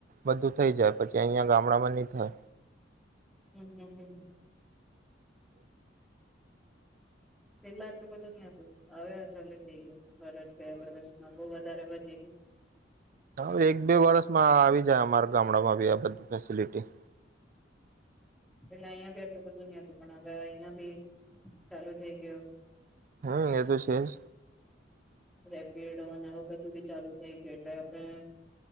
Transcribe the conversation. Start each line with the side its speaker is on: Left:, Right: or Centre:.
Right: બધું થઈ જાય. પછી અહીંયા ગામડામાં નહીં થાય
Centre: હમ હમ હમ હમ. પેલા આટલું બધું નહ હતું, હવે આ ચાલુ થઈ ગયું વરસ બે વરસમાં બવ વધારે વધી ગયું
Right: હ, એક-બે વર્ષમાં આવી જાય અમારા ગામડામાં બી આ બધું ફેસિલિટી
Centre: એટલે અહિયાં બી આટલું બધું નતું, પણ હવે અહિયાં બી ચાલુ થઈ ગયું
Right: હહ એ તો છે જ.
Centre: રેપિડો ને આવું બધું બી ચાલુ થઈ ગયું એટલે આપણે